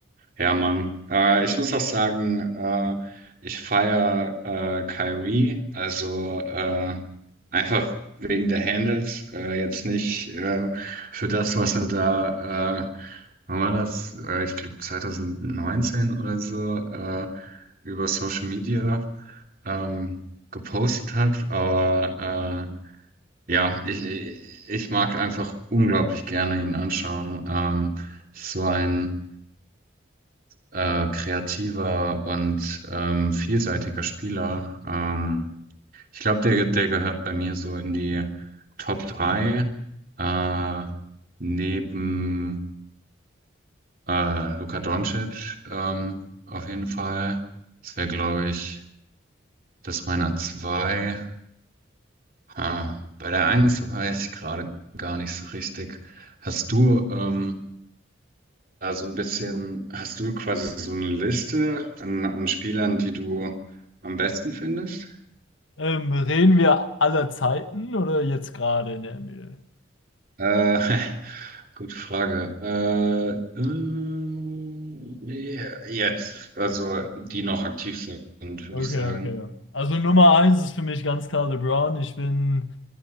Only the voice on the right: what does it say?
Ja, Mann. Äh, ich muss auch sagen, äh, ich feiere äh, Kyrie, also äh, einfach wegen der Handles, äh, jetzt nicht äh, für das, was er da, äh, wann war das? Äh, ich glaube 2019 oder so, äh, über Social Media ähm, gepostet hat, aber äh, ja, ich, ich mag einfach unglaublich gerne ihn anschauen. Ähm, so ein äh, kreativer und ähm, vielseitiger Spieler. Ähm, ich glaube, der, der gehört bei mir so in die Top 3 äh, neben äh, Luka Doncic ähm, auf jeden Fall. Das wäre, glaube ich, das meiner zwei. Ah, bei der eins weiß ich gerade gar nicht so richtig. Hast du ähm, Also ein bisschen, hast du quasi so eine Liste an, an Spielern, die du am besten findest?
Äh, <laughs> gute Frage. Äh, ähm, ja, jetzt, also die noch aktiv sind, würde
ich sagen.